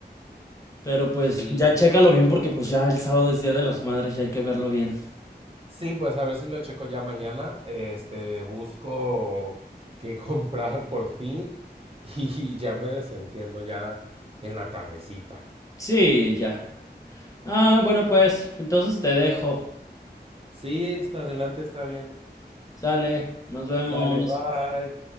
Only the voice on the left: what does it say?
Pero pues
ya chécalo bien porque pues ya el sábado es Día de las Madres y hay que verlo bien.
Sí, ya. Ah, bueno, pues, entonces te dejo.
Sale, nos vemos.